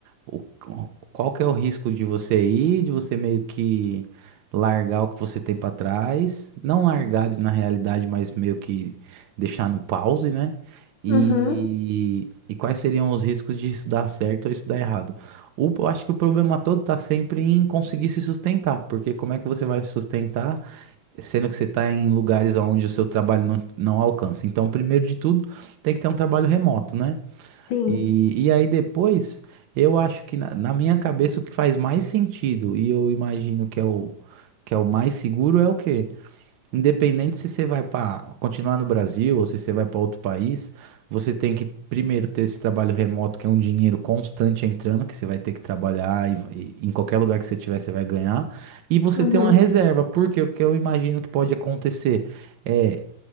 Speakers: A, on the right; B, on the left.
A: O- qual que é o risco de você ir, de você meio que largar o que você tem pra trás, não largar de- na realidade, mas meio que deixar no pause, né? E,
B: Uhum,
A: e quais seriam os riscos de isso dar certo ou isso dar errado? O- eu acho que o problema todo tá sempre em conseguir se sustentar, porque como é que você vai se sustentar sendo que você está em lugares onde o seu trabalho não, não alcança? Então, primeiro de tudo, tem que ter um trabalho remoto, né?
B: sim,
A: E, e aí depois, eu acho que na, na minha cabeça o que faz mais sentido, e eu imagino que é o, que é o mais seguro, é o quê? Independente se você vai para continuar no Brasil ou se você vai para outro país, você tem que primeiro ter esse trabalho remoto, que é um dinheiro constante entrando, que você vai ter que trabalhar e, e em qualquer lugar que você tiver, você vai ganhar. E você
B: uhum,
A: ter uma reserva, porque o que eu imagino que pode acontecer é